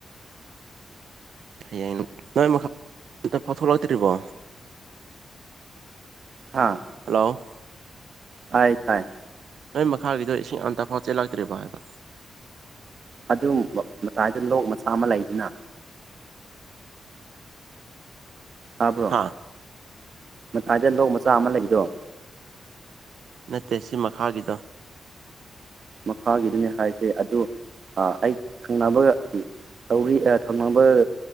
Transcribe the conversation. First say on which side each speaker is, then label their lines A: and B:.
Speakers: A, on the right; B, on the right.
A: ꯍꯌꯦꯡ ꯅꯣꯏ ꯃꯈꯥ ꯑꯇ ꯐꯥꯎꯊꯣꯛꯂꯛꯇ꯭ꯔꯤꯕꯣ
B: ꯍꯥ
A: ꯍꯜꯂꯣ
B: ꯇꯥꯏ ꯇꯥꯏ
A: ꯅꯣꯏ ꯃꯈꯥꯒꯤꯗꯣ ꯏꯁꯤꯡ ꯑꯟꯇꯥꯐꯥꯎ ꯆꯦꯜꯂꯥꯛꯇ꯭ꯔꯤꯕ ꯍꯥꯏꯕ
B: ꯑꯗꯨ ꯃꯇꯥꯏꯗ ꯂꯣꯛ ꯃꯆꯥ ꯑꯃ ꯂꯩꯗꯅ ꯇꯥꯕ꯭ꯔꯣ
A: ꯍꯥ
B: ꯃꯇꯥꯏꯗ ꯂꯧꯣꯛ ꯃꯆꯥ ꯑꯃ ꯂꯩꯕꯗꯣ
A: ꯅꯠꯇꯦ ꯁꯤ ꯃꯈꯥꯒꯤꯗ
B: ꯃꯈꯥꯒꯤꯗꯨꯅꯦ ꯍꯥꯏꯁꯦ ꯑꯗꯨ ꯑꯩ ꯊꯪꯅꯕꯒꯗꯤ ꯇꯧꯤ ꯊꯧꯅꯕ